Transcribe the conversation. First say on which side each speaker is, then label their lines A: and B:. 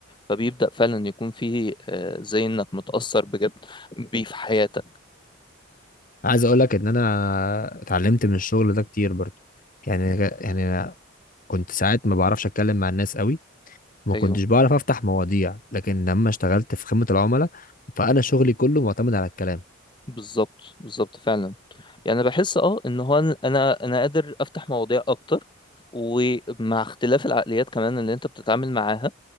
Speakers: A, on the left; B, on the left.
A: فبيبدأ فعلا يكون فيه آه، زي إنك متأثر بجد بيه في حياتك
B: عايز اقول لك ان انا اتعلمت من الشغل ده كتير برضو يعني يعني أنا كنت ساعات ما بعرفش اتكلم مع الناس قوي وما
A: أيوه
B: كنتش بعرف افتح مواضيع لكن لما اشتغلت في خدمة العملاء فانا شغلي كله معتمد على الكلام
A: بالظبط بالظبط فعلا يعني أنا بحس أه إن هو أنا أنا أنا قادر أفتح مواضيع أكتر ومع اختلاف العقليات كمان اللي أنت بتتعامل معاها